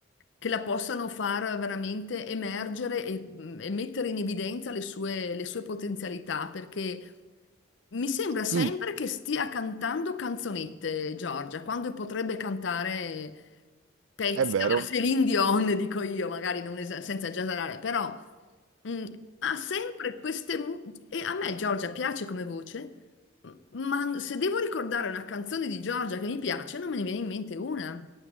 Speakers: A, on the left; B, on the right.
A: che la possano far veramente emergere e, mm, e mettere in evidenza le sue, le sue potenzialità, perché mi sembra sempre
B: Sì,
A: che stia cantando canzonette, Giorgia, quando potrebbe cantare pezzi
B: è vero.
A: alla Céline Dion, dico io, magari non es- senza esagerare, però mm, ha sempre queste... mu- E a me Giorgia piace come voce, m- ma se devo ricordare una canzone di Giorgia che mi piace, non me ne viene in mente una.